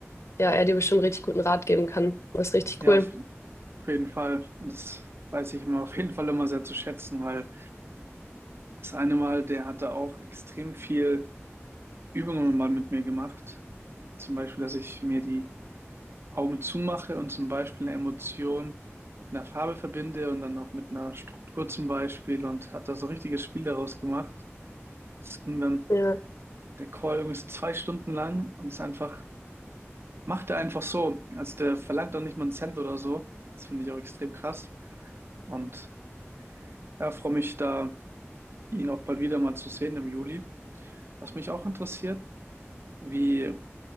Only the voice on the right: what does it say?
Ja,
auf, auf jeden Fall. Das weiß ich immer auf jeden Fall immer sehr zu schätzen, weil das eine Mal, der hatte auch extrem viel Übungen mal mit mir gemacht. Zum Beispiel, dass ich mir die Augen zumache und zum Beispiel eine Emotion mit einer Farbe verbinde und dann auch mit einer Struktur zum Beispiel und hat da so ein richtiges Spiel daraus gemacht. Das ging dann
der Call irgendwie so zwei Stunden lang und ist einfach, macht er einfach so. Also der verlangt doch nicht mal einen Cent oder so. Das finde ich auch extrem krass. Und ja, freue mich da, ihn auch bald wieder mal zu sehen im Juli. Was mich auch interessiert, wie